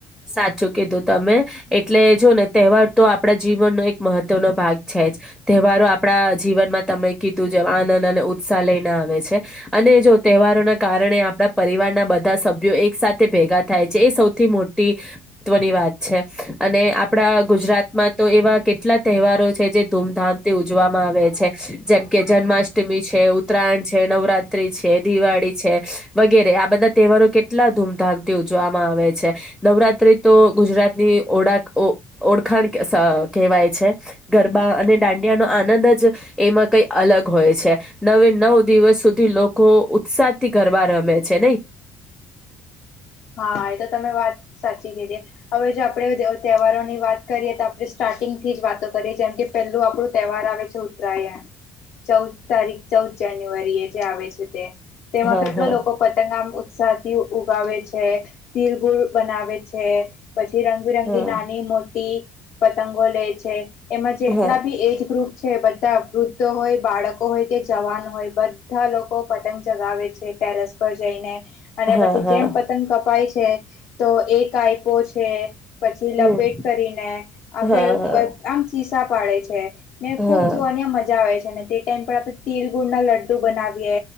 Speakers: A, in the centre; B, on the left (about 55°).
A: સાચું કીધું તમે. એટલે જોને તહેવાર તો આપડા જીવનનો એક મહત્વનો ભાગ છે. તહેવારો આપણા જીવનમાં તમે કીધું જેમ, આનંદ અને ઉત્સાહ લઈને આવે છે. અને જો તહેવારોના કારણે આપણા પરિવારના બધા સભ્યો એક સાથે ભેગા થાય છે. એ સૌથી મોટ તી તવની વાત છે. અને આપણા ગુજરાતમાં તો એવા કેટલા તહેવારો છે. જે ધૂમધામથી ઉજવામાં આવે છે. જેમ કે જન્માષ્ટમી છે, ઉત્તરાયણ છે, નવરાત્રી છે. દિવાળી છે, વગેરે. આ બધા તહેવારો કેટલા ધૂમધામથી ઉજવામાં આવે છે. નવરાત્રી તો ગુજરાતની ઓળખ ઓ ઓળખાણ કેશ કેહેવાય છે. ગરબા અ અને દાંડિયાનો આનંદ જ એમાં કઈ અલગ હોય છે. નવે નવ દિવસ સુધી લોકો ઓ ઉત્સાહથી ગરબા રમે છે. નય
B: હા એ તો તમે વાત સાચી કીધી. હવે જે આપડે તહેવારોની વાત કરીએ તો આપણે સ્ટા સાર્ટિંગથી જ વાતો કરીએ. જેમકે પેલું આપણું તહેવાર આવે છે, ઉત્તરાયણ ચૌદ તારીખ ચૌદ જાન્યુઆરી એ જે આવે છે તે તેમાં
A: હા
B: કેટલા
A: હા
B: લોકો પતંગ આમ ઉત્સાહ થી ઉગાવે છે. છે તિલગુળ બનાવે છે પછી રંગબિરંગી
A: હા
B: નાની મોટ ટી પતંગો લે છે. એમાં જેટલા
A: હા
B: બી એજ ગ્રુપ છે બધા વૃદ્ધો હોય બાળક કો હોય કે જવાન હોય બધા લોકો પતંગ ચગાવે છે ટેરેસ પર જઈને. અને
A: હા
B: પછી
A: હા
B: જેમ પતંગ કપાય છે તો એ કાઈપો છે પછી
A: હમ
B: લપેટ કરીને આકેળ
A: હા
B: આમ ચીસા પાડે છે ને
A: હા હા
B: ખુબ જોવાનું મજા આવે છે અને તે ટાઈમ પર આપણે તીર ગુળના લડ્ડા ડુ બનાવીએ